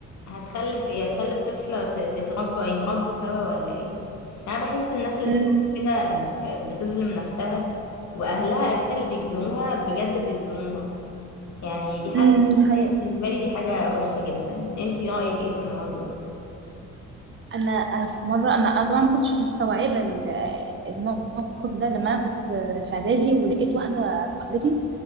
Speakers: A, on the left; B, on the right.
A: هتخلف ايه هتخلف طفله ت- تتربى يتربوا سوا ولا ايه يعني انا بحس الناس اللي
B: امم
A: بتعمل كده ب- بتظلم نفسها واهلها اكيد اللي بيجبروها بجد بيظلموها يعني دي حاجه
B: امم دي حقيقة
A: انا بالنسبه لي دي حاجه وحشه جدا انتي رايك ايه في الموضوع
B: انا انا في مره انا أنا طبعا ما كنتش مستوعبه ال- الموقف ده لما انا كنت في اعدادي ولقيت واحده صاحبتي